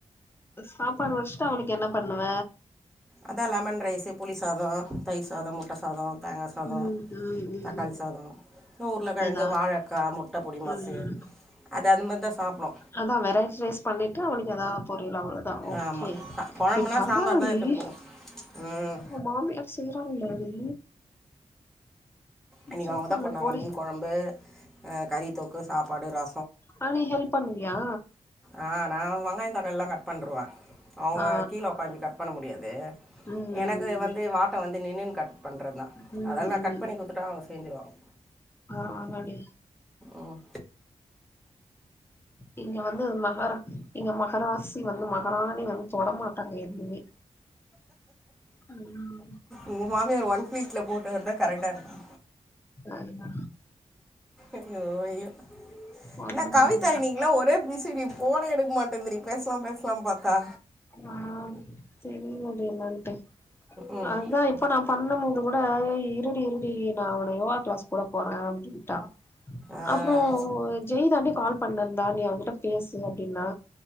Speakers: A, on the left; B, in the centre.
A: சாப்பாடு வச்ட்டு அவ்ளுக் என்ன பண்ணுவ
B: அதா லெமன் ரைஸ்சு புளி சாதோ தயிர் சாதோ முட்டை சாதோ தேங்கா சாதோ
A: ம் ம் ம்
B: தக்காளி சாதோ உருளக்கிழங்கு
A: ஏதா
B: வாழக்கா முட்ட பொடிமாசு
A: ம்
B: அது அதுமரி தா சாப்டு
A: அதா வெரைட்டி ரைஸ் பண்ணிட்டு அவளுக்கு எதா பொரியல் அவ்ளதா ஓகே
B: ஆமாம் குழம்புனா
A: ஏ பரவாயில்லடி
B: சாம்பார் தான் எடுத்துன்னு
A: இ
B: போவோம் ம்
A: உ மாமியார் செய்றாங்லடி
B: இன்னிக்கி
A: சூப்பர்டி
B: அவங்க தா பண்ணாங்க
A: போடி
B: மீன் கொழம்பு அ கறித்தொக்கு சாப்பாடு ர
A: அ நீ ஹெல்ப் பண்ணுவியா
B: ஆ நா வெங்காய தக்காள்லா கட் பண்ருவே அவுங்க
A: ஆ
B: கீழ உக்காந்து கட் பண்ண முடியாது
A: ம் ம்
B: எனக்கு வந்து வா ட்ட வந்து நின்னுன் கட் பண்றனா
A: ம்
B: அதெல்லா
A: ம்
B: நா கட்
A: ம்
B: பண்ணி கு த்துட்டா அவங்க செஞ்சிருவாங்
A: பரவால்லடி
B: ம்
A: இங்க வந்து மகர இங்க மகராசி வந்து மகராணி வந்து தொட மாட்டாங்க எதுமே ம்
B: உங்க மாமியார் ஒன் ஃபீட்ல போட்டா தா கரெக்டா இருக்கு
A: அதுங்க
B: ஐயோ ஐயோ
A: ஒன்னும்
B: என்னா கவிதா
A: பண்ண மாட்டாங்க
B: இன்னிக்லா ஒரே பிசிடி போனே எடுக் மாட்டேந்திடி பேசலா பேசலா பார்த்தா
A: ஆ செரி முடி மான்ட்டு
B: ம்
A: அத்தா இப்ப நா பண்ணும் போது கூட ஏய் இருடி இருடி நா உன யோகா கிளாஸ் கூட போற அப்டின்ட்டா
B: ஆ
A: அப்றோ ஜெய் தாண்டி கால் பண்ணுருந்தா நீ அவகிட்ட பேசு அப்டின்னா